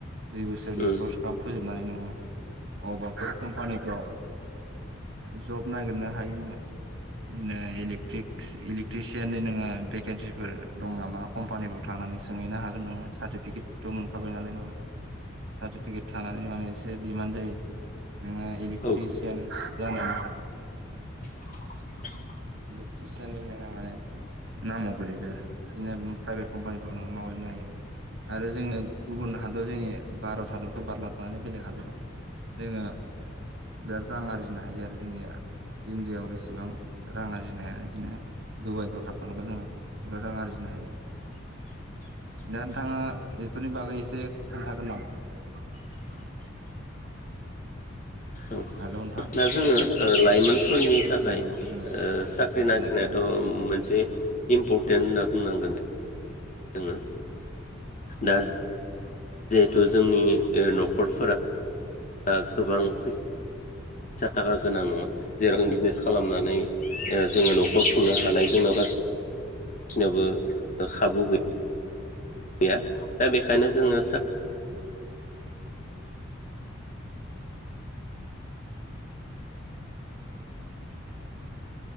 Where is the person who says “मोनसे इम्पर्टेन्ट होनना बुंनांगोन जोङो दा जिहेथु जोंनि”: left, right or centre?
Left